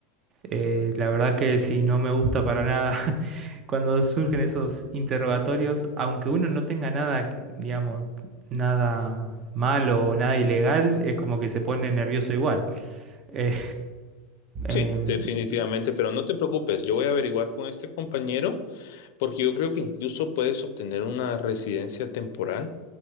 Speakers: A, on the right (about 35°); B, on the left (about 70°).
A: eh, la verdad que sí, no me gusta para nada <laughs> cuando surgen esos interrogatorios, aunque uno no tenga nada, digamos, nada malo o nada ilegal, es como que se pone nervioso igual. Eh, <laughs> em,
B: Sí, definitivamente, pero no te preocupes, yo voy a averiguar con este compañero porque yo creo que incluso puedes obtener una residencia temporal